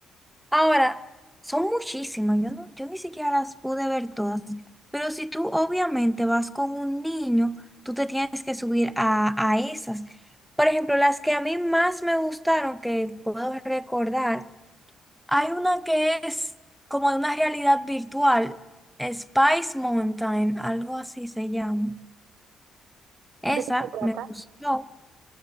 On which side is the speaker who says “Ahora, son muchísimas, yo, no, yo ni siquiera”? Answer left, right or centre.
Centre